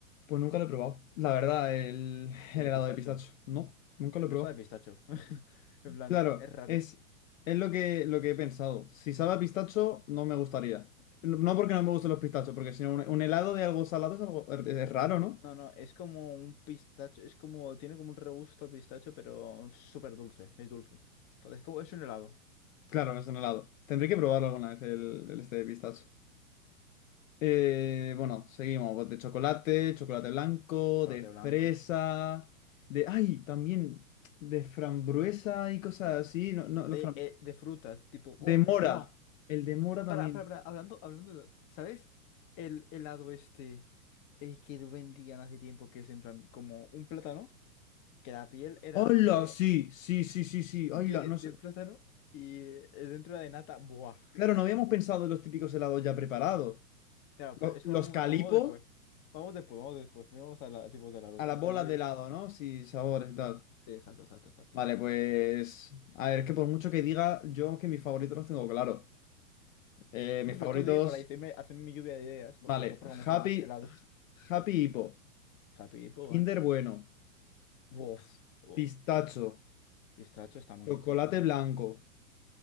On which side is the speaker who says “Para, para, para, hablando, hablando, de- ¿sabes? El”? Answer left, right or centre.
Left